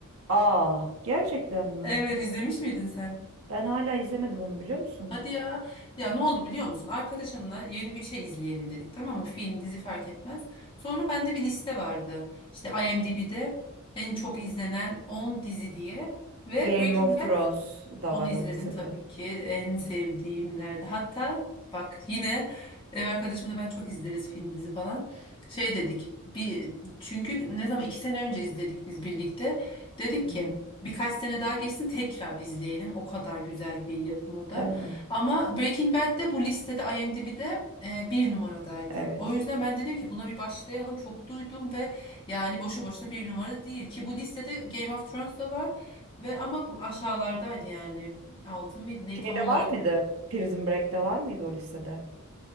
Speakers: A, on the right (about 70°); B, on the left (about 25°).
A: Aa, gerçekten mi?
B: Evet izlemiş miydin sen?
A: Ben hala izlemedim onu biliyor musun?
B: Hadi ya. Ya ne oldu biliyor musun? Arkadaşımla yeni bir şey izleyelim dedik tamam mı? Film, dizi fark etmez. Sonra bende bir liste vardı. İşte IMDb'de en çok izlenen 10 dizi diye. Ve
A: Game
B: Breaking
A: of Thrones
B: Bad
A: da
B: Onu
A: var
B: izledim
A: o lisede.
B: tabii ki. En sevdiğimlerde.
A: Evet.
B: Hatta bak yine ev arkadaşımla ben çok izleriz film dizi falan. Şey dedik. Bir çünkü ne zaman iki sene önce izledik biz birlikte. Dedik
A: Hı hı.
B: ki birkaç sene daha geçsin tekrar izleyelim. O kadar güzel bir yapım o da.
A: Değil mi?
B: Ama Breaking Bad de bu listede IMDb'de e, bir numaradaydı.
A: Evet.
B: O yüzden ben dedim ki buna bir başlayalım. Çok duydum ve yani boşu boşuna bir numara değil ki bu listede Game of Thrones da var. Ve ama aşağılardaydı yani. Altın mıydı? Ne
A: Şeyde
B: tam olarak
A: var mıydı? Prison Break'te var mıydı o lisede?